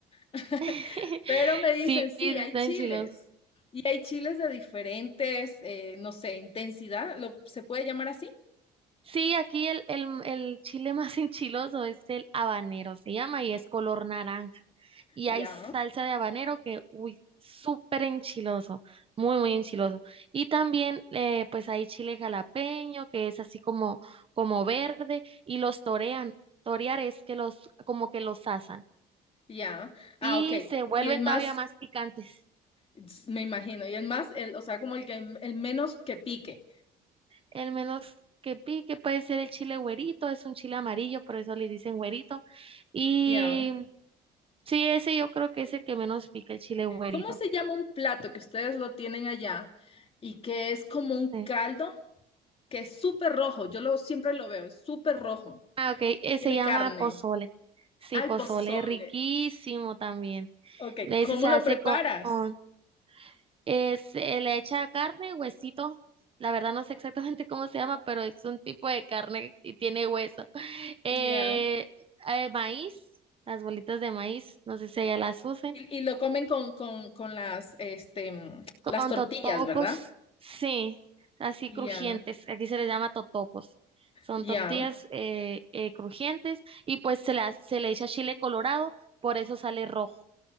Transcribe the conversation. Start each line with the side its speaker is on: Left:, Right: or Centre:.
Left: <laughs>
Right: <laughs>
Left: Pero me
Right: Sí,
Left: dicen, sí,
Right: está
Left: hay chiles.
Right: enchiloso.
Left: Y hay chiles de diferentes, eh, no sé, intensidad. ¿Lo, se puede llamar así?
Right: Sí, aquí el, el, el chile <laughs> más enchiloso es el habanero, se llama, y es color naranja. Y
Left: Ya,
Right: hay salsa de habanero que, uy, súper enchiloso, muy, muy enchiloso. Y también, eh, pues hay chile jalapeño, que es así como, como verde, y los torean. Torear es que los, como que los asan.
Left: ya.
Right: Y
Left: Ah, ok.
Right: se vuelven
Left: Y el más
Right: todavía más picantes.
Left: s- Me imagino. Y el más, el, o sea, como el que el menos que pique.
Right: El menos que pique puede ser el chile güerito, es un chile amarillo, por eso le dicen güerito. Y
Left: Ya.
Right: Sí, ese yo creo que es el que menos pica, el chile güerito.
Left: ¿Cómo se llama un plato que ustedes lo tienen allá y que es como un
Right: Sí.
Left: caldo que es súper rojo? Yo lo siempre lo veo, es súper rojo.
Right: Ah, ok, eh,
Left: y Tiene
Right: se llama
Left: carne,
Right: pozole. Sí,
Left: al
Right: pozole,
Left: pozole.
Right: riquísimo también.
Left: Ok,
Right: Ese
Left: ¿cómo
Right: se
Left: lo
Right: hace
Left: preparas?
Right: con, con- eh, se le echa carne, huesito. La verdad no sé exactamente <laughs> cómo se llama, pero es un tipo de carne y tiene hueso. <laughs> Eh,
Left: Ya.
Right: eh, maíz, las bolitas de maíz, no sé si ella las use.
Left: Y, y lo comen con, con, con las, este, mm,
Right: Con
Left: las tortillas,
Right: totopos,
Left: ¿verdad?
Right: sí, así
Left: Ya,
Right: crujientes. Aquí se les llama totopos. Son
Left: ya.
Right: tortillas eh, eh, crujientes y pues se le, ha- se le echa chile colorado, por eso sale rojo.